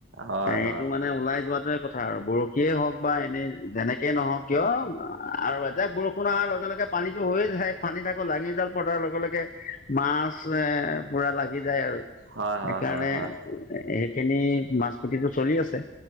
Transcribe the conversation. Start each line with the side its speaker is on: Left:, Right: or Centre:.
Right: হয় হয়
Left: এইটো মানে ওলাই যোৱাতোৱে কথা আৰু বৰশীয়ে হওক বা এনেই যেনেকেই নহওক কিয় আৰু এজাক বৰষুণ অহাৰ লগে লগে পানীটো হৈয়ে যায়। পানি থাকো লাঙি জাল পতাৰ লগে লগে মাছ এ পুৰা লাগি যায় আৰু।
Right: হয়
Left: সেইকাৰণে
Right: হয় হয় হয়
Left: সেইখিনি মাছ পুঠিটো চলি আছে